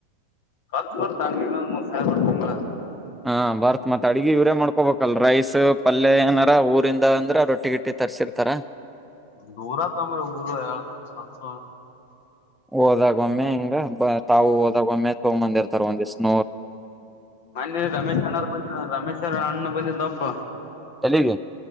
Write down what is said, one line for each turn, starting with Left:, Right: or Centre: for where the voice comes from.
Left: ಕರ್ಚ ಬರ್ತಂಗ ಮೂರ್ ಸಾವಿರ ಬರ್ತಂಗ
Centre: ಹಾ ಬರ್ತ್ ಮತ್ತತ್ ಅಡ್ಗಿ ಇವರೇ ಮಾಡ್ಕೋಬೇಕಲ್ ರೈಸ್ ಪಲ್ಯ ಏನಾರ ಊರಿಂದ ಅಂದ್ರ ರೊಟ್ಟಿಗಿಟ್ಟಿ ತರ್ಸಿರ್ತಾರ
Left: ದೂರ ತಮ್ಮ ಈ ಊರು ಸಲ್ಪ
Centre: ಹೋದಾಗ ಒಮ್ಮೆ ಹಿಂಗ ತಾವು ಹೋದಾಗ ಒಮ್ಮೆ ತಗೊಂಡು ಬಂದಿರ್ತಾರೆ ಒಂದಿಷ್ಟು
Left: ಮನೆಗೆ ರಮೇಶಣ್ಣ ಅವರು ಬಂದಿದ್ರು ರಮೇಶಣ್ಣ ಬಂದಿದ್ದಪ್ಪ
Centre: ತಲಿಗಿ